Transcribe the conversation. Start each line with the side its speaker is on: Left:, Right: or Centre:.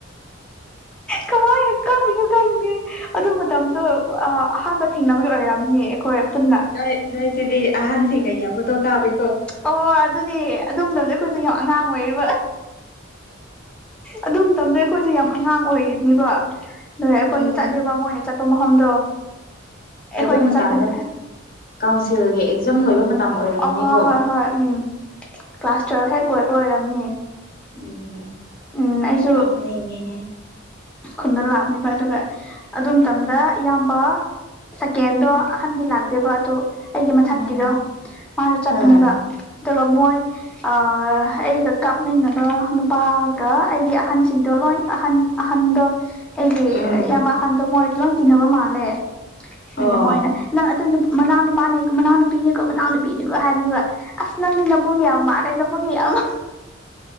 Centre: ꯀꯃꯥꯏꯅ ꯀꯥꯞꯄꯤꯅꯣ ꯈꯪꯗꯦ ꯑꯗꯨ ꯃꯇꯝꯗꯣ ꯑꯥ ꯑꯍꯥꯟꯕ ꯊꯦꯡꯅꯕꯒ ꯑꯣꯏꯔꯝ ꯅꯦ ꯑꯩꯈꯣꯏ ꯄꯨꯟꯅ
Left: ꯅꯣꯏ ꯅꯣꯏꯁꯤꯗꯤ ꯑꯍꯟꯁꯤꯡꯅ ꯌꯥꯝ ꯐꯣꯇꯣ ꯀꯥꯞꯕꯤ
Centre: ꯑꯣ ꯑꯗꯨꯗꯤ ꯑꯗꯨꯃꯇꯝꯗꯤ ꯑꯩꯈꯣꯏꯖꯨ ꯌꯥꯝ ꯑꯉꯥꯡ ꯑꯣꯏꯔꯤꯕ ꯑꯗꯨ ꯃꯇꯝꯗꯩ ꯑꯩꯈꯣꯏꯁꯦ ꯌꯥꯝ ꯑꯉꯥꯡ ꯑꯣꯏꯔꯤꯕꯅꯤꯕ ꯑꯗꯨꯒꯤ ꯑꯩꯈꯣꯏꯖꯨ
Left: ꯎꯝ
Centre: ꯆꯠꯂꯦꯕ ꯃꯣꯏꯅ ꯆꯠ ꯄ ꯃꯐꯝꯗꯣ ꯑꯩꯈꯣꯏꯅ
Left: ꯑꯗꯨ ꯃꯇꯝꯗꯣ
Centre: ꯆꯠꯄꯅꯦ
Left: ꯀꯥꯎꯟꯁꯤꯜꯒꯤ ꯑꯦꯛꯖꯥꯝ ꯂꯣꯏꯕ ꯃꯇꯝ ꯑꯣꯏꯔꯝꯒꯅꯤꯀꯣ
Centre: ꯑ ꯍꯣ ꯍꯣꯏ ꯍꯣꯏ ꯎꯝ ꯀ꯭ꯂꯥꯁ ꯇꯨꯋꯦꯜꯕ ꯍꯦꯛ ꯂꯣꯏꯕ ꯑꯣꯏꯔꯝꯅꯤ
Left: ꯎꯝ
Centre: ꯎꯝ ꯑꯩꯁꯨ
Left: ꯉꯛꯅꯤꯡꯉꯦꯍꯦ
Centre: ꯈꯨꯟꯗ ꯂꯥꯛꯄꯅꯤꯕ ꯑꯗꯨꯒ ꯑꯗꯨ ꯃꯇꯝꯗ ꯏꯌꯥꯝꯕ ꯁꯦꯀꯦꯟꯗꯣ ꯑꯍꯟꯗꯤ ꯂꯥꯛꯇꯦꯕ ꯑꯗꯣ ꯑꯩꯒꯤ ꯃꯊꯛꯀꯤꯗꯣ
Left: ꯑꯥ
Centre: ꯃꯥꯁꯨ ꯆꯠꯄꯅꯦꯕ
Left: ꯑꯥ
Centre: ꯑꯗꯨꯒ ꯃꯣꯏ ꯑꯥ ꯑꯩꯒ ꯀꯥꯞꯃꯤꯟꯅꯕ ꯅꯨꯄꯥꯒ ꯑꯩꯒꯤ ꯑꯍꯟꯁꯤꯡꯗꯣ ꯂꯣꯏ ꯑꯍꯟ ꯑꯍꯟꯗꯣ ꯑꯩꯒꯤ
Left: ꯎꯝ
Centre: ꯏꯌꯥꯝꯕ ꯑꯍꯟꯗꯣ ꯃꯣꯏ ꯂꯣꯏ ꯇꯤꯟꯅꯕ ꯃꯥꯜꯂꯦ ꯑꯗꯨꯒꯤ
Left: ꯑꯣ
Centre: ꯃꯣꯏꯅ ꯅꯪ ꯑꯗꯨ ꯃꯅꯥꯎꯅꯨꯄꯥꯅꯦ ꯃꯅꯥꯎꯅꯨꯄꯤꯅꯤꯀꯣ ꯃꯅꯥꯎꯅꯨꯄꯤꯅꯤꯀꯣ ꯂꯣꯏ ꯍꯥꯏꯕꯅꯦꯕ ꯑꯁ ꯅꯪꯗꯤ ꯅꯕꯨꯡ ꯌꯥꯝ ꯃꯥꯜꯂꯦ ꯅꯕꯨꯡ ꯌꯦꯡꯑꯉ